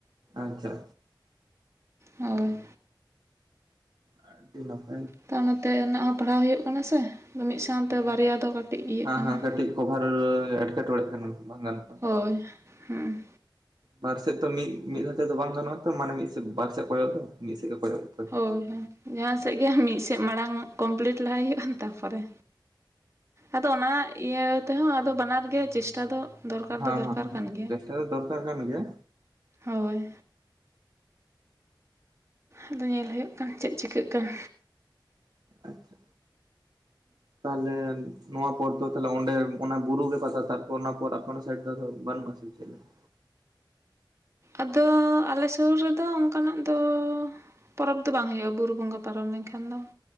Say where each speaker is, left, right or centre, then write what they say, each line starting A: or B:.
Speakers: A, on the right (about 60°); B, on the right (about 35°).
A: ᱟᱪᱪᱷᱟ
B: ᱦᱚᱭ
A: ᱟᱹᱰᱤ ᱱᱟᱯᱟ
B: ᱛᱚ ᱱᱚᱛᱮ ᱨᱮᱱᱟᱜ ᱦᱚᱸ ᱯᱟᱲᱦᱟᱣ ᱦᱩᱭᱩᱜ ᱠᱟᱱᱟ ᱥᱮ ᱾ ᱢᱤᱫ ᱥᱟᱶᱛᱮ
A: ᱦᱮᱸ
B: ᱵᱟᱨᱭᱟ ᱫᱚ ᱠᱟᱹᱴᱤᱡ ᱤᱭᱟᱹᱜ
A: ᱦᱮᱸ
B: ᱠᱟᱱᱟ
A: ᱦᱮᱸ ᱠᱟᱹᱴᱤᱡ
B: ᱾
A: ᱠᱚᱵᱷᱟᱨ ᱮᱴᱠᱮᱴᱚᱬᱮᱜ ᱠᱟᱱᱟ ᱵᱟᱝ ᱜᱟᱱᱚᱜ ᱠᱟᱱᱟ
B: ᱦᱚᱭ ᱦᱩᱸ
A: ᱵᱟᱨ ᱥᱮᱫ ᱛᱚ ᱢᱤᱫ ᱢᱤᱫᱷᱟᱣ ᱛᱮ ᱫᱚ ᱵᱟᱝ ᱜᱟᱱᱚᱜᱼᱟ ᱛᱚ ᱢᱟᱱᱮ ᱢᱤᱫ ᱵᱟᱨ ᱥᱮᱡ ᱠᱚᱭᱚᱜ ᱫᱚ ᱢᱤᱫ ᱥᱮᱫ ᱜᱮ ᱠᱚᱭᱚᱜ ᱦᱩᱭᱩᱜ ᱛᱟᱵᱤᱱᱟ
B: ᱦᱚᱭ ᱦᱚᱭ ᱡᱟᱦᱟᱸ ᱥᱮᱫ ᱜᱮ ᱢᱤᱫ ᱥᱮᱫ ᱢᱟᱲᱟᱝ ᱠᱚᱢᱯᱞᱤᱴ ᱞᱟᱦᱟᱭ ᱦᱩᱭᱩᱜᱼᱟ ᱛᱟᱨ ᱯᱚᱨᱮ ᱟᱫᱚ ᱚᱱᱟ ᱤᱭᱟᱹ ᱛᱮᱦᱚᱸ ᱟᱫᱚ ᱵᱟᱱᱟᱨ ᱜᱮ ᱪᱮᱥᱴᱟ ᱫᱚ ᱫᱚᱨᱠᱟᱨ
A: ᱦᱮᱸ
B: ᱫᱚ ᱫᱚᱨᱠᱟᱨ
A: ᱦᱮᱸ ᱦᱮᱸ
B: ᱠᱟᱱ ᱜᱮᱭᱟ
A: ᱪᱮᱥᱴᱟ ᱫᱚ ᱫᱚᱨᱠᱟᱨ ᱠᱟᱱ ᱜᱮᱭᱟ
B: ᱦᱚᱭ ᱟᱫᱚ ᱧᱮᱞ ᱦᱩᱭᱩᱜ ᱠᱟᱱ ᱪᱮᱫ ᱪᱤᱠᱟᱹᱜ ᱠᱟᱱ
A: ᱟᱪᱪᱷᱟ <unintelligible> ᱱᱚᱣᱟ ᱯᱚᱨ ᱫᱚ ᱛᱟᱞᱦᱮ ᱚᱸᱰᱮ ᱚᱱᱟ ᱵᱩᱨᱩ ᱜᱮ ᱯᱟᱛᱟ ᱛᱟᱠᱚ ᱚᱱᱟ ᱯᱚᱨ ᱚᱱᱟ ᱥᱟᱭᱤᱰ ᱫᱚ ᱟᱫᱚ ᱵᱟᱹᱱᱩᱜ-ᱟ ᱥᱮ ᱪᱮᱫ? <inaudible>
B: ᱟᱫᱚ ᱟᱞᱮ ᱥᱩᱨ ᱨᱮᱫᱚ ᱚᱱᱠᱟ ᱱᱟᱜ ᱫᱚ ᱯᱚᱨᱚᱵᱽ ᱫᱚ ᱵᱟᱝ ᱦᱩᱭᱩᱜᱼᱟ ᱵᱩᱨᱩ ᱵᱚᱸᱜᱟ ᱯᱟᱨᱚᱢ ᱞᱮᱱ ᱠᱷᱟᱱ ᱫᱚ ᱾